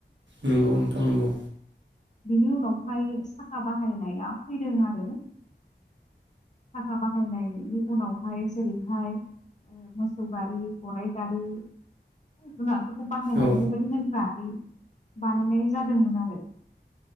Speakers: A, on the right; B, on the left.
A: नंगौ नोंथां नंगौ
B: बिनि उनाव बेहाय साखा बाहायनाया फैदों आरो साखा बाहायनायनि उनावहाय जेरैहाय मोसौ गारि गराइ गारि जुनार खौ बाहायनानै
A: औ
B: बेबायदिनो गारि बानायनाय जादोंमोन आरो